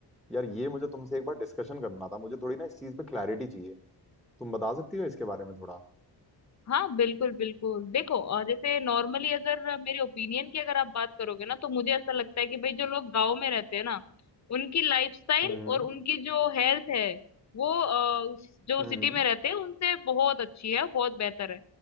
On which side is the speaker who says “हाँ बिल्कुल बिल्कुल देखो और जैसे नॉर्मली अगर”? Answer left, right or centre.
Left